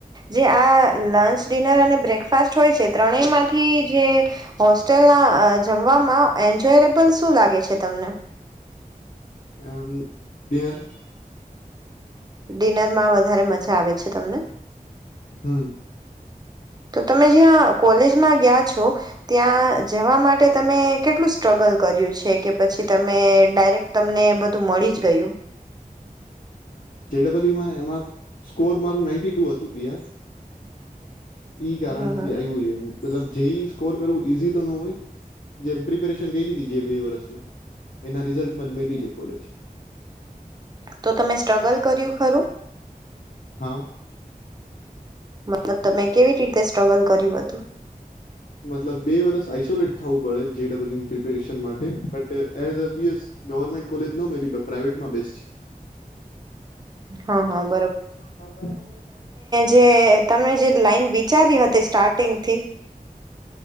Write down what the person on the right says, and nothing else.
જે આ લંચ, ડિનર અને બ્રેક ફાસ્ટ હોય છે. ત્રણેયમાંથી જે હોસ્ટેલના જમવામાં એન્જોયલેબલ શું લાગે છે તમને?
ડિનરમાં વધારે મજા આવે છે તમને?
તો તમે જ્યાં કોલેજમાં ગ્યા છો. ત્યાં જવા માટે તમે કેટલું સ્ટ્રગલ કર્યું છે કે પછી તમે ડાયરેક્ટ તમને બધું મળી જ ગયું?
હા હા
તો તમે સ્ટ્રગલ કર્યું ખરું?
તો તમે કેવી રીતે સ્ટ્રગલ કર્યું હતું?
હં, હં.
જે તમે જે લાઈન વિચારી હતી સ્ટાર્ટિંગથી